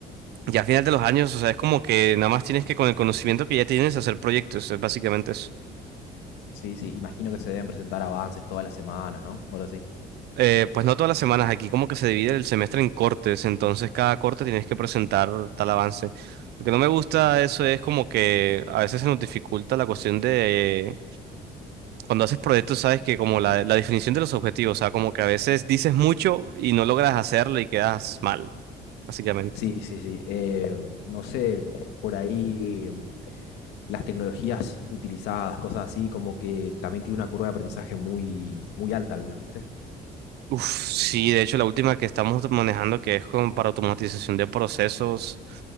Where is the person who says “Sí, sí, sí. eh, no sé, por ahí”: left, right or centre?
Left